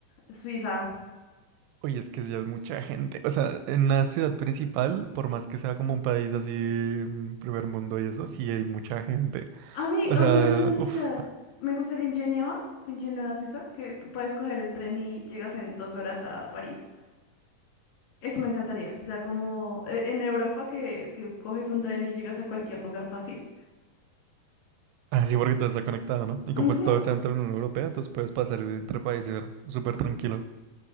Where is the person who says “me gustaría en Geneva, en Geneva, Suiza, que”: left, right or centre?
Left